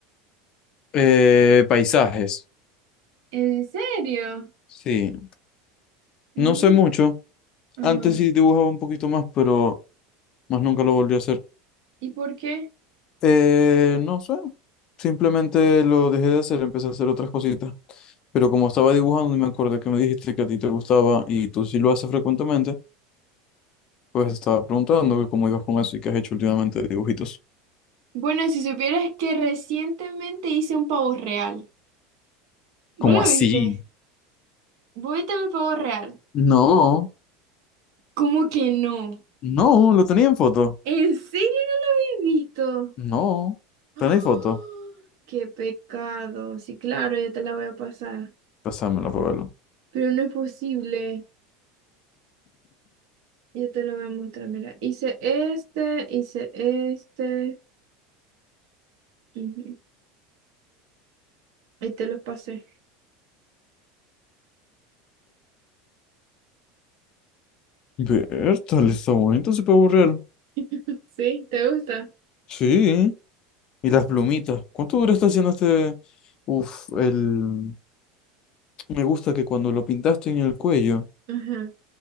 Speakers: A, on the left; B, on the right.
A: Eh, paisajes,
B: ¿En serio?
A: sí.
B: Mm.
A: No sé mucho.
B: Ajá.
A: Antes sí dibujaba un poquito más, pero más nunca lo volví a hacer.
B: ¿Y por qué?
A: Eh, no sé. Simplemente lo dejé de hacer, empecé a hacer otras cositas. Pero como estaba dibujando y me acordé que me dijiste que a ti te gustaba y tú sí lo haces frecuentemente. Pues estaba preguntando que cómo ibas con eso y qué has hecho últimamente de dibujitos.
B: Bueno, si supieras que recientemente hice un pavo real. ¿Vos
A: ¿Cómo
B: lo
A: así?
B: viste? ¿Vos viste mi pavo real?
A: No,
B: ¿Cómo que no?
A: no, lo tenía en foto.
B: ¿En serio no lo habéis visto?
A: No,
B: ¡Ah!
A: ¿tenéis foto?
B: ¡Qué pecado! Sí, claro, ya te la voy a pasar.
A: Pásamela para verlo.
B: Pero no es posible. Yo te lo voy a mostrar, mira. Hice este, hice este. ujú, Y te los pasé.
A: Ver, <laughs> tal está bonito ese pavo real.
B: <laughs> ¿Sí? ¿Te gusta?
A: Sí, y las plumitas. ¿Cuánto duraste haciendo este? Uf, el. Me gusta que cuando lo pintaste en el cuello,
B: Ajá.